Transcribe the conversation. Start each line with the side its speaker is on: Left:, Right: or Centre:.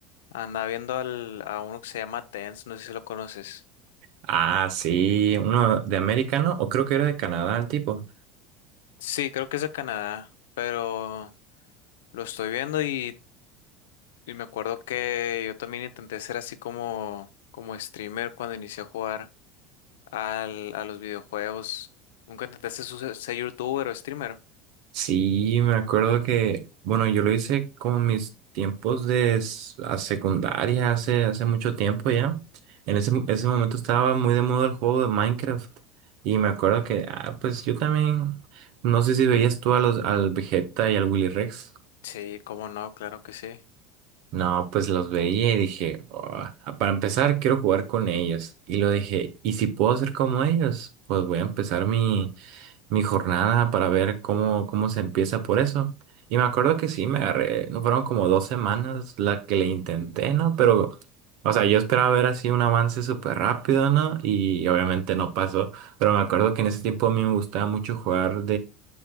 Left: Andaba viendo al, a uno que se llama Tenz, no sé si lo conoces.
Right: Ah, sí, uno de americano, o creo que era de Canadá el tipo.
Left: Sí, creo que es de Canadá, pero lo estoy viendo y, y me acuerdo que yo también intenté ser así como, como streamer cuando inicié a jugar al, a los videojuegos. ¿Nunca intentaste su- ser youtuber o streamer?
Right: Sí, me acuerdo que, bueno, yo lo hice con mis tiempos de s- a secundaria, hace, hace mucho tiempo ya. En ese, ese momento estaba muy de moda el juego de Minecraft. Y me acuerdo que, ah, pues yo también, no sé si veías tú a los, al Vegeta y al Willy Rex.
Left: Sí, cómo no, claro que sí.
Right: No, pues los veía y dije, "Ah, ah, para empezar, quiero jugar con ellos. Y lo dije, ¿y si puedo ser como ellos? Pues voy a empezar mi, mi jornada para ver cómo, cómo se empieza por eso. Y me acuerdo que sí, me agarré, no fueron como dos semanas la que le intenté, ¿no? Pero, o sea, yo esperaba ver así un avance súper rápido, ¿no? Y obviamente no pasó. Pero me acuerdo que en ese tiempo a mí me gustaba mucho jugar